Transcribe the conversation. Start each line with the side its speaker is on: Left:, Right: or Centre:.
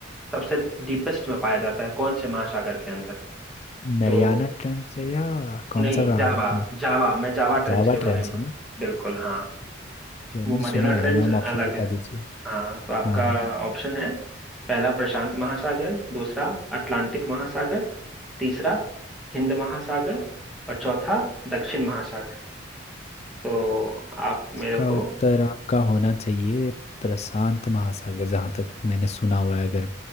Centre: सबसे डीपेस्ट में पाया जाता है कौन से महासागर के अंदर
Left: मैरियाना
Centre: तो
Left: ट्रेंच है या कौन
Centre: नहीं
Left: सा कहा
Centre: जावा
Left: आपने
Centre: जावा मैं जावा
Left: जावा
Centre: ट्रेंच के बारे
Left: ट्रेंच
Centre: में बा- बिल्कुल हाँ
Left: जो
Centre: वो
Left: मैंने
Centre: मरियाना
Left: सुना
Centre: ट्रेंच
Left: है यार नाम
Centre: अलग
Left: ऑप्शन बता
Centre: है
Left: दीजिए
Centre: हाँ तो आपका
Left: हाँ
Centre: ऑप्शन है पहला प्रशांत महासागर दूसरा अटलांटिक महासागर तीसरा हिंद महासागर और चौथा दक्षिण महासागर तो आप
Left: इसका
Centre: मेरे को
Left: उत्तर आपका होना चाहिए प्रशांत महासागर जहाँ तक मैंने सुना हुआ है अगर